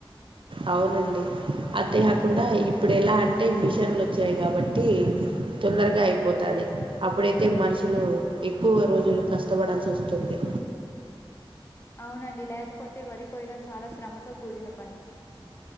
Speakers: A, on the right; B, on the left.
A: అవునండి. అంతేకాకుండా ఇప్పుడు ఎలా అంటే మిషన్లు వచ్చాయి కాబట్టి తొందరగా అయిపోతది అప్పుడైతే మనుషులు ఎక్కువ రోజులు కష్టపడాల్సి వస్తుంది.
B: అవునండి లేకపోతే వరి. కోయడం చాలా శ్రమతో కూడిన పని.